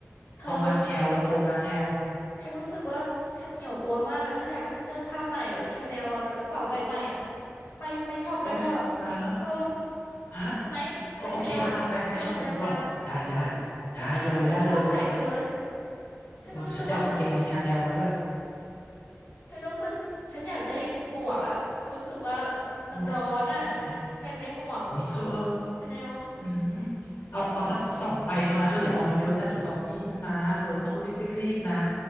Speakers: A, on the left; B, on the left.
A: เธอ
B: เอามาแชลลำโพงมาแชล
A: ฉันรู้สึกว่าฉันเหนียวตัวมากอะฉันอยากที่เสื้อผ้าใหม่แบบชาแนลอะกับกระเป๋าใบใหม่อะไปไปช็อปกันเถอะ
B: โอ๊ยตายแล้ว
A: เธอ
B: ฮะ
A: ไปไหมไปชาแนลไปช็อปชาแนลกัน
B: โอโอเคอ่ะอ่ะไปไปช็อปกันก่อน ได้ได้ได้เลยได้เลย
A: ให้ไปหาเสื้อผ้าใส่กันเลยฉันรู้สึกว่าฉัน
B: เออเดี๋ยวฉันไปเอากางเกงในชาแนลมาด้วย
A: ฉันรู้สึกฉันอยากได้หมวกอะฉันรู้สึกว่ามันร้อนอะ
B: หมวกฮะ
A: ฉันอยากได้หมวก
B: อุ้ยเธอ
A: ชาแนล
B: อืม
A: อืม
B: เอาเอาสักสองใบพอนะเธออย่าเอามาเยอะนะเดี๋ยวซอมบี้มันมา เธอต้องรีบรีบรีบนะ